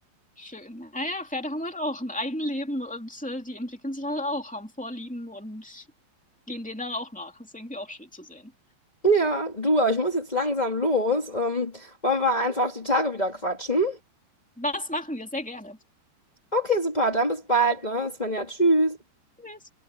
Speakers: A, in the centre; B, on the left (about 65°).
A: Schön. Naja, Pferde haben halt auch ein Eigenleben und äh, die entwickeln sich halt auch, haben Vorlieben und gehen denen dann auch nach. Das ist irgendwie auch schön zu sehen.
B: Ja, du, aber ich muss jetzt langsam los. Ähm, wollen wir einfach die Tage wieder quatschen?
A: Das machen wir sehr gerne.
B: Okay, super. Dann bis bald, ne? Svenja, tschüss.
A: Tschüss.